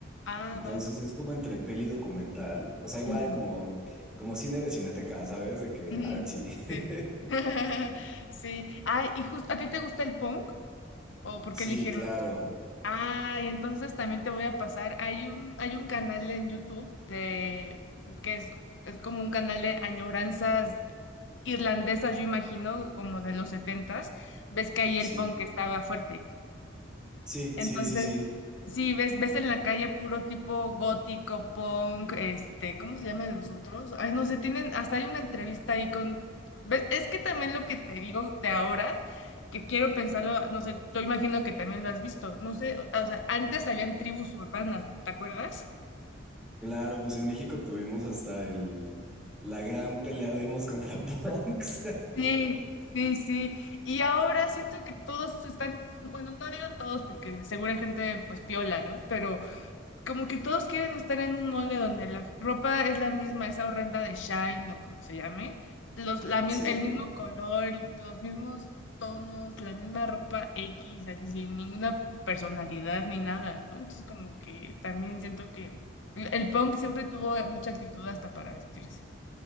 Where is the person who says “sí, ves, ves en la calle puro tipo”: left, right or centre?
Left